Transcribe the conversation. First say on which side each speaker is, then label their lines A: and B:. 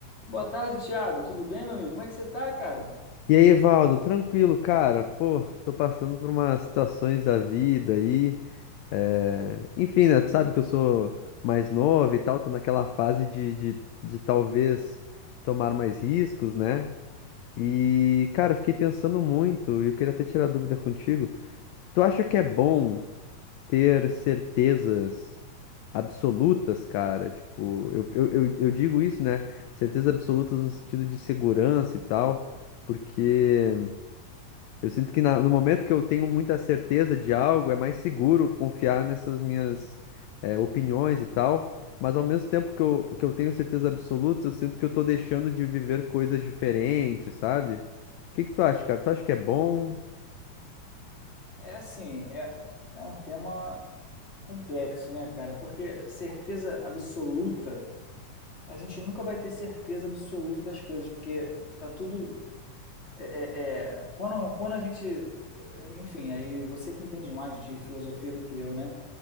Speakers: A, on the left; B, on the left.
A: Boa tarde, Thiago. Tudo bem, meu amigo? Como é que você tá, cara?
B: E aí, Evaldo, tranquilo, cara? Pô, tô passando por umas situações da vida aí. eh, Enfim, né? Tu sabe que eu sou mais novo e tal, tô naquela fase de, de, de talvez tomar mais riscos, né? E, cara, eu fiquei pensando muito e eu queria até tirar dúvida contigo. Tu acha que é bom ter certezas absolutas, cara? Tipo, eu, eu, eu eu digo isso, né? Certezas absolutas no sentido de segurança e tal, porque. Eu sinto que na- no momento que eu tenho muita certeza de algo, é mais seguro confiar nessas minhas eh, opiniões e tal. Mas ao mesmo tempo que eu, que eu tenho certeza absoluta, eu sinto que eu tô deixando de viver coisas diferentes, sabe? O que que tu acha, cara? Tu acha que é bom?
A: É assim, é, é um tema complexo, né, cara? Porque certeza absoluta, a gente nunca vai ter certeza absoluta das coisas, porque tá tudo. É, é- é- quando, quando a gente. Enfim, aí você que entende mais de filosofia do que eu, né?